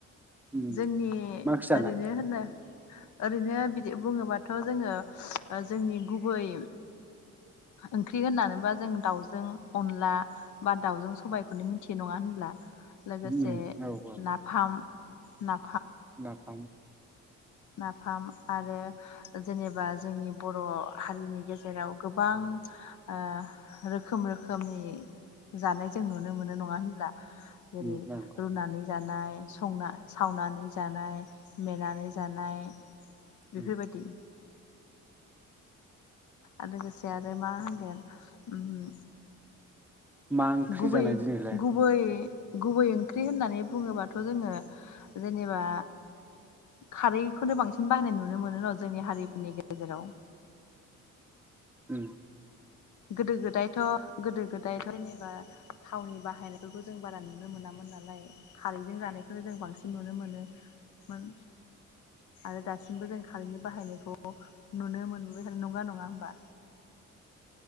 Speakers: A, in the centre; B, on the left.
A: उम
B: जोंनि
A: मा ओंख्रि जानाय
B: ओरैनो होनो ओरैनो बिदि बुङोबा थ' जोङो जोंनि गुबै ओंख्रि होननानै बुङोबा जों दाउजों अनला बा दाउजों सबायखौनो मिथियो नङा होनबा लोगोसे
A: उम औ औ
B: नाफाम ना।
A: नाफाम
B: नाफाम आरो जेनेबा जोंनि बर' हारिनि गेजेराव गोबां ओ रोखोम रोखोमनि जानाय जों नुनो मोनो नङा होनब्ला। जेरै
A: उम नंगौ
B: रुनानै जान जानाय संना सावनानै जानाय मेनानै जानाय। बेफोरबायदि
A: उम
B: आरो लोगोसे आरो मा होनदों उम
A: मा ओंख्रि
B: गुबै
A: जानाय दिनैलाय
B: गुबै गुबै ओंख्रि होननानै बुङोबाथ जोङो जेनेबा खारैखौनो बांसिन बाहायनाय नुनो मोनो र जोंनि हारिफोरनि गेजेराव
A: उम
B: गोदो गोदायथ गोदो गोदायथ जेनेबा थावनि बाहायनायफोरखौ जों बारा नुनो मोनामोन नालाय खारैजों जानायखौनो जों बांसिन नुनो मोनोमोन आरो दासिमबो जों खारैनि बाहायनायखौ नुनो मोनबोदों नंगौना नंङा होमबा?